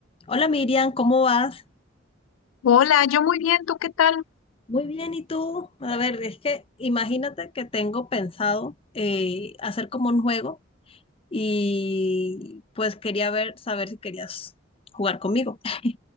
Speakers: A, on the left; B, on the left.
A: Hola Miriam, ¿cómo vas?
B: Hola, yo muy bien, ¿tú qué tal?
A: Muy bien, ¿y tú? A ver, es que imagínate que tengo pensado eh, hacer como un juego y pues quería ver, saber si querías jugar conmigo. <laughs>